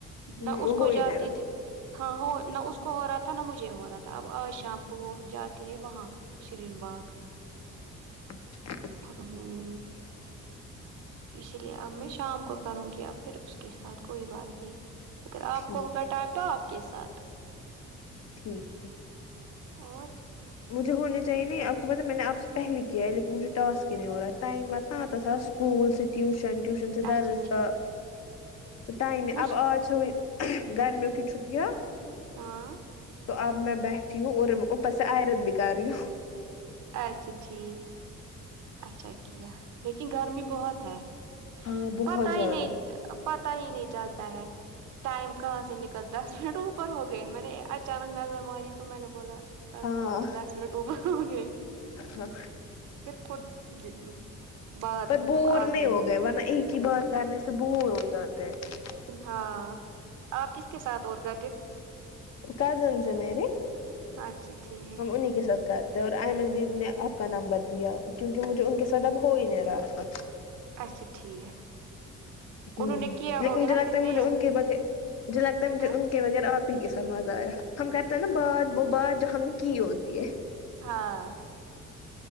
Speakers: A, on the left; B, on the right.
A: ہ
B: نہ اس
A: ہو
B: کو
A: ہی
B: جاتی
A: نہیں رہا
B: تھی ہاں ہو نہ اس کو ہو رہا تھا نہ مجھے ہو رہا تھا اب آج شام کو وہ جاتی ہے وہاں شرین باغ
A: اچھا
B: ہممم اسی لیے اب میں شام کو کروں گی ا پھر اس کے ساتھ کوئی بات نہیں اگر آپ
A: ٹھیک
B: کو ہوگا ٹائم ٹو آپ کے ساتھ
A: ٹھیک ہے
B: اور
A: مجھے ہونے چاہیے نہیں آپ کو پ میں نے آپ سے پہلے کیا ہے لیکن مجھے ٹاسک ہی نہیں ہو رہا ہے ٹائم آتتا آتا تھا اسکول سے ٹیوشن ٹیوشن سے درسگاہ
B: اچھا ٹھیک
A: تو ائم
B: مجھ
A: اب آج چ گرمیوں کی ہی چٹیاں
B: ہاں
A: تو اب میں بیٹھی ہوں اور اوپر سے آئرن بھی کر رہی ہوں
B: اچھا ٹھیک اچھا کیا لیکن گرمی بہت ہے
A: ہاں بہت
B: پتہ
A: زیادہ
B: ہی نہیں پتا ہی نہیں چلتا ہے ٹائم کہاں سے نکل دس منٹ اوپر ہو گئے میں نے اچانک نظر ماری تو میں نے بولا ابھی
A: ہاں
B: آپ کو دس منٹ اوبر ہوں گے
A: ہاں
B: خود <unintelligible> بات
A: پر بور
B: آتی
A: نہیں ہو
B: ہے
A: گئے ورنہ ایک ہی بار کرنے سے بور ہو جاتے ہیں
B: ہاں آپ کس کے ساتھ اور کرتی
A: کزنز ہے میرری
B: اچھا ٹھیک
A: ہم انہیں کے ساتھ کر اور آئ منندر نے آپ کا نمبر دیا کیونکہ مجھے ان کے ساتھ اب ہو ہی نہیں رہا تھا
B: اچھا ٹھیک
A: ہمم
B: انہوں نے کیا
A: لیکن
B: ہوگیا
A: مجھے
B: نا
A: لگتا
B: پھر
A: ہے
B: نہیں
A: مجھے ان کے بغیر جو لگتا ہے مجھے
B: ہاں
A: ان کے بغیر آپ ہی کے ساتھ مزہ آیا ہم کرتے ہیں نا بات وہ بات جو ہم نے کی ہوتی ہے
B: ہاں